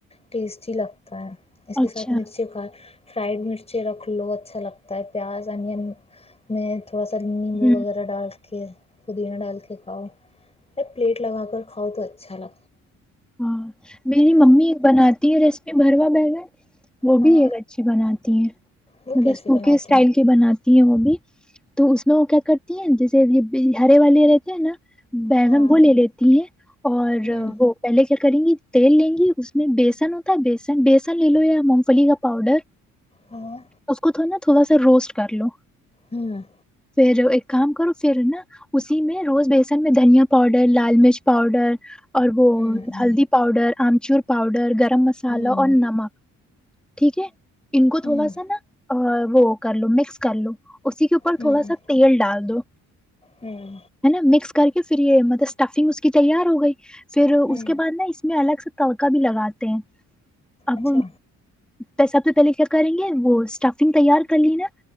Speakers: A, on the left (about 20°); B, in the centre.
A: ٹیسٹ لگتا اس کے
B: اچھا
A: ساتھ مرچی کا فرائڈ مرچیں رکھ لو اچھا لگتا ہے پیاز انین میں تھوڑا سا نیمبو
B: ہوں
A: وغیرہ ڈال پودینہ ڈال کے کھاؤ پلیٹ لگا کر کاؤ تو چلو
B: ہاں میری ممی ایک بناتی ہے ریسیپی بروا بیگن وہ
A: ہاں
B: بھی ایک اچھی بناتی ہیں
A: وہ کیسے
B: بس انکے
A: بناتی
B: سٹائل کی بناتی ہیں وہ بھی تو اس میں وہ کیا کرتی ہیں جیسے یہ ہرے والے رہتے ہیں نا بگن
A: ہاں
B: وہ لے لیتی ہیں اور
A: ہوں
B: وہ کریں گی تیل لیں گی اس میں بیسن ہوتا ہے بیسن بیسن لے لو یا مونگ پلی کا پاؤڈر
A: ہاں
B: اس کو تھوڑا نا تھوڑا سا روسٹ کر لو
A: ہوں
B: پھر ایک کام کرو پھر نا اسی میں روز بیسن میں دھنیا پاؤڈر لال مرچ پاؤڈر اور وہ
A: ہوں ہوں
B: ہلدی پاؤڈر آمچور پاؤڈر گ <unintelligible> مسالا
A: ہوں
B: اور نمک ٹھیک ہے ان کو تھوڑا
A: ہوں
B: سا نا وہ کر لو مکس کرلو اسی کے اوپر
A: ہوں
B: تھوڑا سا تیل ڈال دو
A: ہوں
B: ہے نا مکس کر کے پھر یہ مطلب اسٹفنگ اس کی تیار ہوگی کوئی <unintelligible> پھر اس
A: ہوں
B: اس کے بعد نا اس میں الگ سے تڑکا بھی لگاتے ہیں اب
A: اچھا
B: پیسہ تو <unintelligible> پہلے کیا کریں گے وہ اسٹفنگ تیار کر لینا